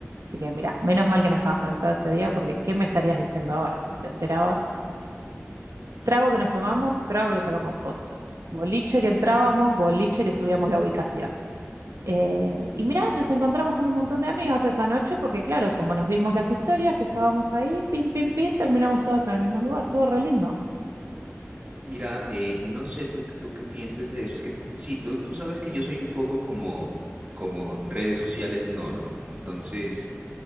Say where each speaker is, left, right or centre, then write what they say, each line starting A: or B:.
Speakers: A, on the right; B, on the right.
A: Así que mira, menos mal que no estabas conectado ese día, porque ¿qué me estarías diciendo ahora si te enterabas? Trago que nos tomamos, trago que le sacamos foto. Boliche que entrábamos, boliche que subíamos la ubicación. Eh, y mirá, nos encontramos con un montón de amigas esa noche porque, claro, como nos vimos las historias que estábamos ahí, pim, pim, pim, terminamos todas en el mismo lugar. Estuvo re lindo.
B: Mira, eh, no sé tú, tú qué pienses de eso. Es que t- sí, tú, tú sabes que yo soy un poco como, como redes sociales, no, ¿no? Entonces,